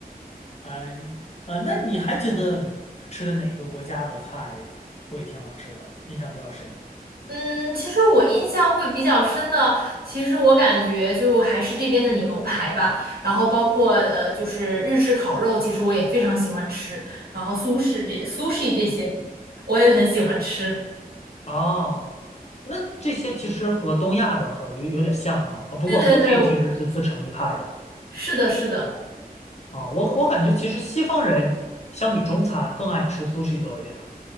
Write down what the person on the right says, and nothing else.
嗯，其实我印象会比较深的，其实我感觉就还是这边的牛排吧，然后包括呃，就是日式烤肉，其实我也非常喜欢吃，然后苏式这苏式这些，我也很喜欢吃。
对对对，
是的，是的。